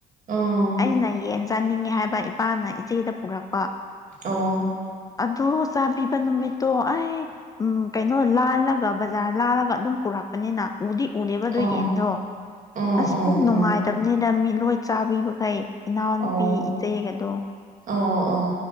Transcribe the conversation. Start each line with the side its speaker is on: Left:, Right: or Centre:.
Right: ꯎꯝ
Left: ꯑꯩꯅ ꯌꯦꯟꯁ ꯆꯥꯅꯤꯡꯉꯦ ꯍꯥꯏꯕ ꯏꯄꯥꯅ ꯏꯆꯦꯗ ꯄꯨꯔꯛꯄ
Right: ꯑꯣ
Left: ꯑꯗꯨ ꯆꯥꯕꯤꯕ ꯅꯨꯃꯤꯠꯇꯣ ꯑꯩ ꯎꯝ ꯀꯩꯅꯣ ꯂꯥꯜꯂꯒ ꯕꯖꯥꯔ ꯂꯥꯜꯂꯒ ꯑꯗꯨꯝ ꯄꯨꯔꯛ ꯥꯛꯄꯅꯤꯅ ꯎꯗꯤ ꯎꯗꯦꯕꯗꯣ
Right: ꯑꯣ
Left: ꯌꯦꯟꯗꯣ
Right: ꯎꯝ
Left: ꯑꯁ
Right: ꯎꯝ
Left: ꯄꯨꯛ ꯅꯨꯡꯉꯥꯏꯇꯕꯅꯤꯗ
Right: ꯎꯝ
Left: ꯃꯤ ꯂꯣꯏ ꯆꯥꯕꯤꯕꯈꯩ ꯏꯅꯥꯎꯅꯨꯄꯤ
Right: ꯑꯣ
Left: ꯏꯆꯦꯒꯗꯣ
Right: ꯑꯣ ꯑꯣ